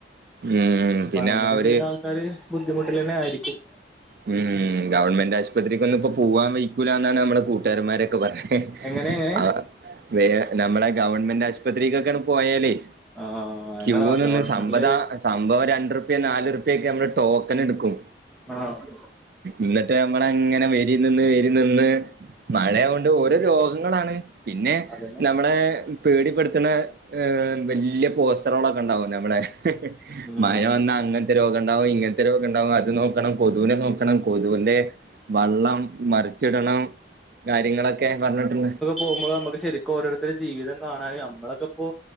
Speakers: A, on the right; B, in the centre.
A: ഉം
B: അപ്പൊ
A: പിന്നെ
B: അങ്ങനെയൊക്കെ
A: അവര്
B: ചെയ്യ്ണ ആൾക്കാര് ബുദ്ധിമുട്ടിലെന്നെ ആയിരിക്കും
A: ഉം ഗവൺമെന്റ് ആശുപത്രിക്കൊന്ന് ഇപ്പോ പോവാൻ വെയ്ക്കൂല്ല ന്നാണ് നമ്മളെ കൂട്ടാരമാരൊക്കെ പറ
B: എങ്ങനെ എങ്ങനെ
A: ആഹ് വേ നമ്മളെ ഗവൺമെന്റ് ആശുപത്രിക്കൊക്കെയാണ് പോയാലേ
B: ആ
A: ക്യൂ
B: എന്നടാ
A: നിന്ന്
B: ഗവൺമെന്റില്
A: സമ്പതാ സംഭവം രണ്ടുർപ്യ നാലൂർപ്യ ഒക്കെ നമ്മ ടോക്കൺ എടുക്കും.
B: ആഹ്
A: എന്നിട്ട് നമ്മള അങ്ങനെ വെരി നിന്ന് വരി നിന്ന് മഴയ കൊണ്ട് രോഗങ്ങളാണ് പിന്നെ
B: അതന്നെ
A: നമ്മുടെ പേടിപ്പെടുത്തണ വലിയ പോസ്റ്ററുകളൊക്കെ ഉണ്ടാവും നമ്മളെ
B: ഉം
A: മഴ വന്നാ അങ്ങനത്തെ രോഗം ഉണ്ടാവും ഇങ്ങനത്തെ രോഗം ഉണ്ടാവും അത് നോക്കണം കൊതുവിനെ നോക്ക ണം കൊതുവിന്റെ വള്ളം മറിച്ചിടണം കാര്യങ്ങളൊക്കെ പറഞ്ഞിട്ടുണ്ട്
B: പോകുമ്പോ നമുക്ക് ശരിക്കും ഓരോരുടെ ജീവിതം കാണാ നമ്മളൊക്കെപ്പോ